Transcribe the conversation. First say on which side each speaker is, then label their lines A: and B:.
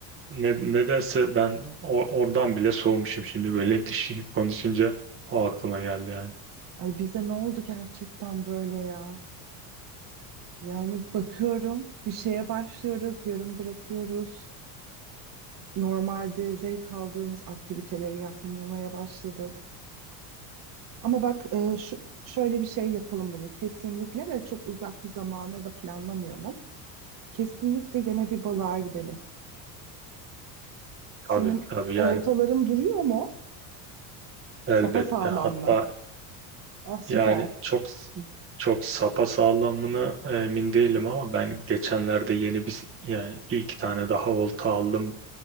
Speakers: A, on the right; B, on the right.
A: ne, nedense ben o- oradan bile soğumuşum şimdi böyle dişi konuşunca o aklıma geldi yani
B: Ay bize ne oldu gerçekten böyle ya? Yani bakıyorum bir şeye başlıyoruz, yarım bırakıyoruz. Normalde zevk aldığımız aktiviteleri yapmamaya başladık. Ama bak e, şu, şöyle bir şey yapalım bunu kesinlikle ve çok uzak bir zamana da planlamayalım. Kesinlikle gene bir balığa gidelim.
A: tabii
B: Senin
A: tabii
B: oltaların
A: yani
B: duruyor mu?
A: elbette
B: Sapa sağlam
A: hatta
B: mı? Ah süper.
A: Yani çok çok sapasağlamını emin değilim ama ben geçenlerde yeni bir yani bir iki tane daha olta aldım.